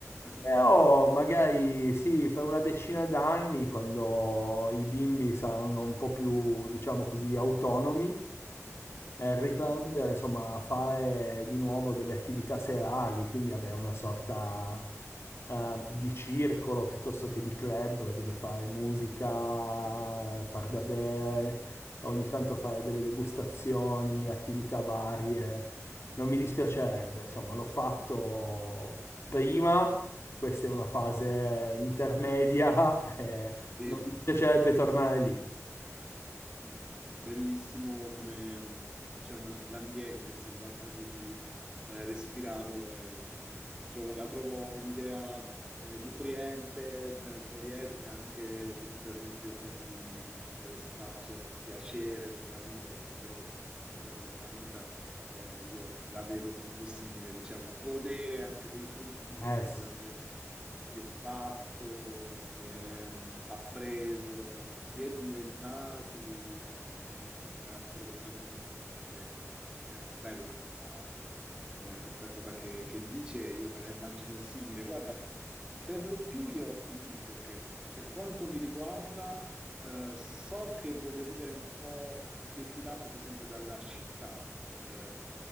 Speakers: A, on the right (about 15°); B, on the left (about 50°).
A: Ok,
B: però magari sì, fra una decina d'anni, quando i bimbi saranno un po' più, diciamo così, autonomi, eh, riprendere,
A: ok.
B: insomma, a fare di nuovo delle attività serali, quindi avere una sorta, eh, di circolo piuttosto che di club dove fare musica, eh, far da bere, ogni tanto fare delle degustazioni, attività varie. Non mi dispiacerebbe, insomma, l'ho fatto prima questa è una fase intermedia, <laughs> eh,
A: Sì,
B: non mi piacerebbe tornare lì.
A: Mm, Bellissimo come, mm, diciamo, l'ambiente, mi sembra quasi di eh, respirarlo e lo- trovo- la trovo un'idea eh, nutriente, eh, poliedrica, anche che ti permette, insomma, di, di dare spazio al piacere nella vita, perché poi se la seconda fase della vita eh, io la vedo molto simile, diciamo, godere anche dei frutti di
B: Eh
A: tutto
B: sì,
A: quello che si è fatto, si è mh, appreso, si è diventati, insomma, è un altro, un altro modo e un altro tempo. È bella questa, eh, questa cosa che, che dici e io me la immagino simile. Guarda, per lo più io ti dico che per quanto mi riguarda, eh, so che voglio vivere un po' defilato, per esempio, dalla città. eh,